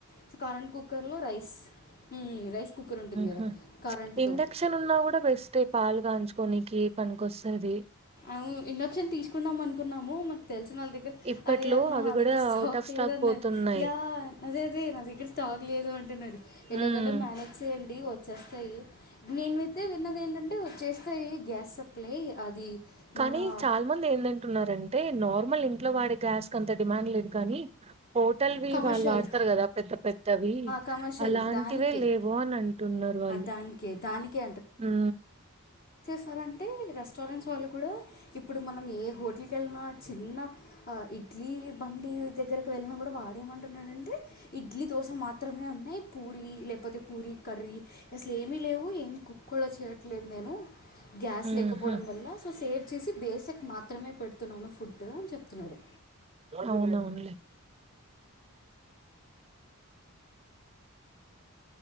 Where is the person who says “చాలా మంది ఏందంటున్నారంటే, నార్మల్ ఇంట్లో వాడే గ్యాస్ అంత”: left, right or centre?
Right